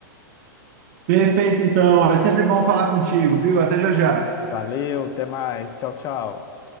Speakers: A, on the right (about 50°); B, on the left (about 35°).
A: Perfeito, então. É sempre bom falar contigo, viu? Até já já.
B: Valeu, até mais. Tchau, tchau.